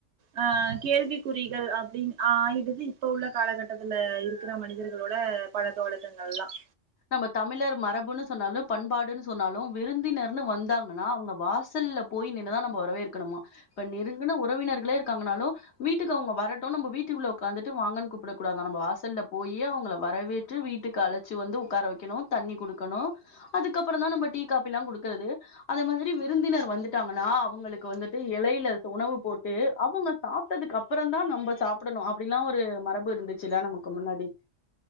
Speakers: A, on the right; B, on the left.
A: ஆ கேள்விக்குறிகள் அப்டின் ஆ ஆயிடுது இப்ப உள்ள காலகட்டத்துல இருக்குற மனிதர்களோட பழக்க வழக்கங்கள்லாம்
B: நம்ம தமிழர் மரபுன்னு சொன்னாலும் பண்பாடுன்னு சொன்னாலும் விருந்தினர்ந்து வந்தாங்கன்னா அவங்க வாசல்ல போய் நின்னுதான் நம்ம வரவேற்கணுமா ப்ப நெருங்குன உறவினர் ளே இருக்காங்கனாலு வீட்டுக்கு அவங்க வரட்டு நம்ப வீட்டுகுள்ள உக்காந்துட்டு வாங்கன் கூப்டக்கூடாதா நம்ப வாசல்ல போயி அவங்கள வரவேற்று வீட்டுக்கு அழச்சு வந்து உக்கார வைக்கணு தண்ணி குடுக்கணு அதுக்கப்பறந் தா நம்ப டீ காப்பில்லா குடுக்கறது அந்த மாதிரி விருந்தினர் வந்துட்டாங்கன்னா அவங்களுக்கு வந்துட்டு எலையில உணவு போட்டு அவங்க சாப்ட்டதுக்கு அப்புறந் தா நம்ப சாப்பிடணு அப்படி எல்லா ஒரு மரபு இருந்துச்சுல்ல நமக்கு முன்னாடி